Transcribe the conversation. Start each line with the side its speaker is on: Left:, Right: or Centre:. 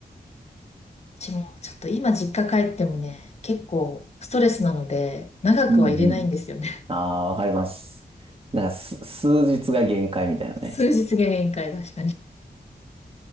Left: 私もちょっと今実家帰ってもね、結構ストレスなので、長くは入れないんですよね。
Right: うんうん。ああ、わかります。なんかす、数日が限界みたいなね。
Left: <laughs> 数日が限界、確かに。